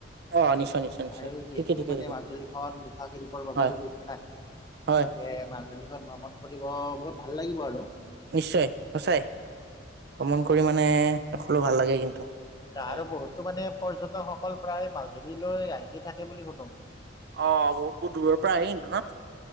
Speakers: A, on the right; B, on the left.
A: অ নিশ্চয় নিশ্চয় নিশ্চয়
B: আৰু যিহেতু
A: ঠিকে ঠিকে
B: মানে
A: ঠিকে
B: মাজুলীখনত মুখাশিল্পৰ বাবেও
A: হয়
B: বিখ্যাত। গতিকে
A: হয়
B: মাজুলীখন ভ্ৰমণ কৰিব মোৰ ভাল লাগিব আৰু।
A: নিশ্চয় সচাই ভ্ৰমণ কৰি মানে সলে ভাল লাগে কিন্তু।
B: নহ
A: তাৰে
B: আৰু বহুতো মানে পৰ্যটকসকল প্ৰায় মাজুলীলৈ আহি থাকে বুলি শুনো।
A: অ' বহুত, বহুত দূৰৰ পৰা আহে ন?